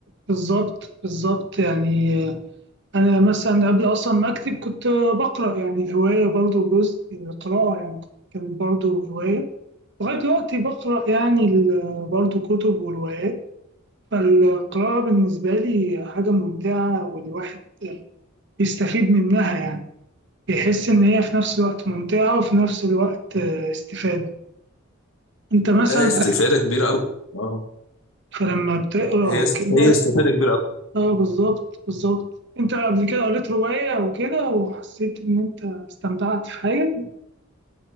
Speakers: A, on the right; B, on the left.
A: بالظبط بالظبط يعني أنا مثلا قبل أصلا ما أكتب كنت بقرأ يعني الهواية برضو جزء من القراءة يعني كانت برضو هواية لغاية دلوقتي بقرأ يعني ال- برضو كتب وروايات فالقراءة بالنسبة لي حاجة ممتعة والواحد بيستفيد منها يعني بيحس إن هي في نفس الوقت ممتعة وفي نفس الوقت آه، استفادة أنت مثلا
B: لا هي استفاده كبيره قوي اه
A: فلما بتقرأ
B: هي
A: وكده
B: است... هي استفاده كبيره قوي
A: اه بالظبط بالظبط أنت قبل كده قريت رواية وكده وحسيت إن أنت استمتعت في حاجة